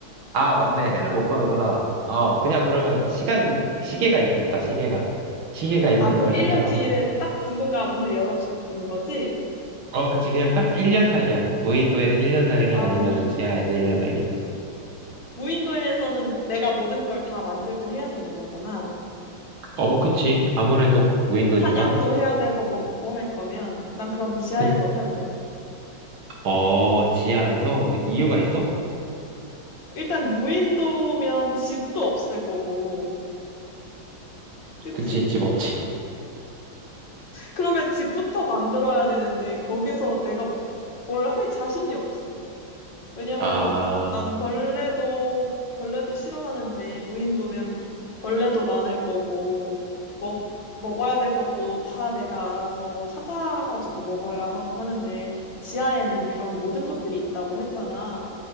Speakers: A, on the right; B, on the left.
A: 아, 맞네. 해를 못 보는구나. 어, 그냥 그러면 시간, 시계가 있겠다, 시계가. 시계가 있는
B: 아, 그럼
A: 걸
B: 1년
A: 설정하고.
B: 뒤에 딱 누군가 문을 열어주는 거지?
A: 어, 그치. 그냥 딱 1년 살기야. 무인도에서 1년 살기
B: 아,
A: 아니면 지하에서 1년 살기.
B: 무인도에서는 내가 모든 걸 다 만들고 해야 되는 거잖아.
A: 어, 그치. 아무래도 무인도니까.
B: 사냥도 해야 되고 먹고 할 거면 난 그럼 지하에서
A: 그,
B: 살래.
A: 어, 지하에서 이유가 있어?
B: 일단 무인도면 집도 없을 거고, 그치?
A: 그치, 집 없지.
B: 그러면 집부터 만들어야 되는데 거기서 내가 뭘 할 자신이 없어. 왜냐면
A: 아,
B: 나는 벌레도 벌레도 싫어하는데 무인도면 벌레도 많을 거고 먹 먹어야 될 것도 다 내가 알아서 찾아가지고 먹어야 하고 하는데 지하에는 그런 모든 것들이 있다고 했잖아.